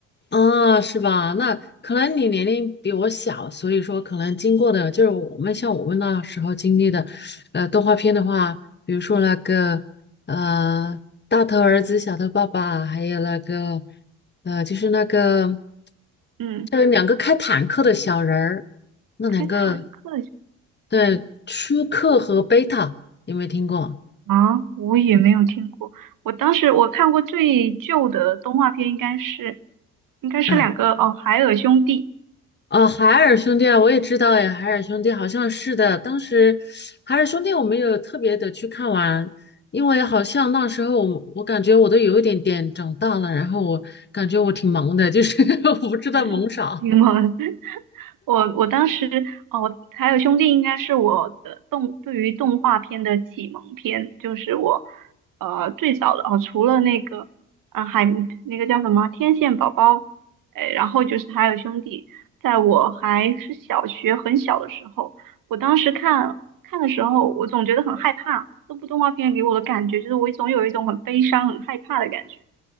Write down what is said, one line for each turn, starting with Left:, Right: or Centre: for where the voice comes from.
Left: 啊，是吧？那可能你年龄比我小，所以说可能经过的就是我们像我们那时候经历的，呃，动画片的话，比如说那个呃《大头儿子小头爸爸》，还有那个呃就是那个
Right: 嗯，
Left: 就是两个开坦克的小人儿，那两个
Right: 开坦克。
Left: 对舒克和贝塔有没有听过？
Right: 啊，我也没有听过。我当时我看过最旧的动画片，应该是应该是两个哦，
Left: 嗯。
Right: 海尔兄弟。
Left: 哦，海尔兄弟啊，我也知道呀，海尔兄弟好像是的。当时海尔兄弟我没有特别的去看完，因为好像那时候我我感觉我都有一点点长大了，然后我感觉我挺忙的，就是 <laughs> 我不知道忙啥
Right: 嗯，<laughs> 英文，<laughs> 我我当时哦，还有兄弟应该是我的动对于动画片的启蒙片，就是我呃最早的哦，除了那个啊海那个叫什么天线宝宝，哎，然后就是还有兄弟，在我还是小学很小的时候，我当时看看的时候，我总觉得很害怕，这部动画片给我的感觉就是我总有一种很悲伤、很害怕的感觉。